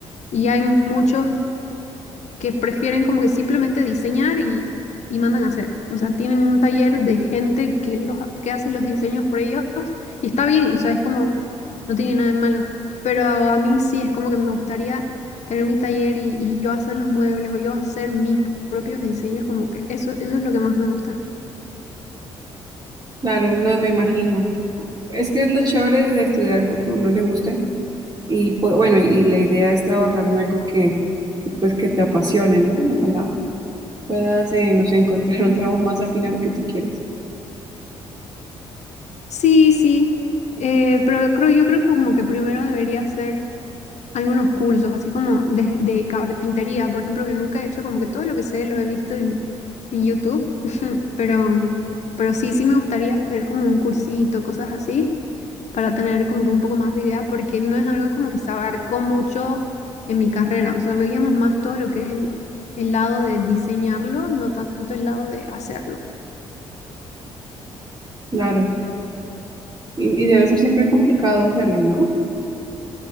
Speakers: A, on the left; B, on the right.
A: Y hay muchos que prefieren como que simplemente diseñar y, y mandan a hacer. O sea, tienen un taller de gente que, los, que hace los diseños por ellos y está bien, o sea, es como, no tiene nada de malo. Pero a mí sí es como que me gustaría tener mi taller y, y yo hacer los muebles o yo hacer mis propios diseños, como que eso, eso es lo que más me gusta.
B: Claro, no me imagino. Es que es lo chévere de estudiar algo que a uno le guste y pues, bueno, y la idea es trabajar en algo que, que pues que te apasione, ¿no? Ojalá puedas, eh, no sé, encontrar un trabajo más afín a lo que tú quieres.
A: Sí, sí, eh, pero creo, yo creo que como que primero debería hacer algunos cursos, así como de, de carpintería, por ejemplo, que nunca he hecho, como que todo lo que sé lo he visto en, en YouTube, <laughs> pero, pero sí, sí me gustaría hacer como un cursito, cosas así, para tener como que un poco más de idea, porque no es algo como que se abarcó mucho en mi carrera, o sea, veíamos más todo lo que es el, el lado de diseñarlo, no tanto el lado de hacerlo.
B: Claro. Y, y debe ser siempre complicado hacerlo, ¿no?